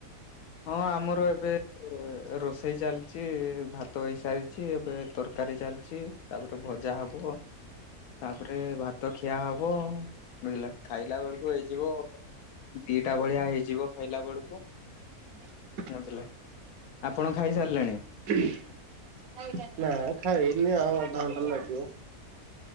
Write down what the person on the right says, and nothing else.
<inaudible>
<unintelligible> ନା ଖାଇନି ଆଉ ଅଧଘଣ୍ଟେ ଲାଗିବ।